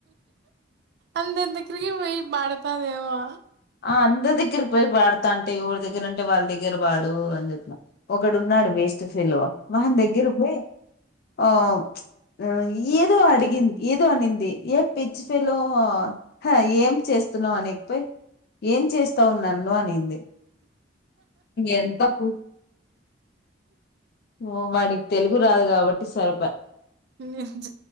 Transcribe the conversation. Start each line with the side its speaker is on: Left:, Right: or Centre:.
Right: అంత అంత క్రియావోయి పాడతాదేమో
Left: ఆ అందరి దగ్గరకి పోయి పాడతా అంటే ఎవరి దగ్గర అంటే వాళ్ళ దగ్గర పాడు అని చెప్పినా ఒకడు ఉన్నాడు వే వేస్ట్ ఫెల్లో వాన్ దగ్గరకూ పోయి ఓ ఆ ఏదో అడిగింది ఏదో అనింది ఏ పిచ్చి ఫెల్లో హ ఏం చేస్ చేస్తున్నావు అనేకపోయి ఏం చేస్తావ్ నన్ను అనింది ఎంత పూ ఓ వాడికి తెలుగు రాదు కాబట్టి సరిపాయే
Right: నిజంగా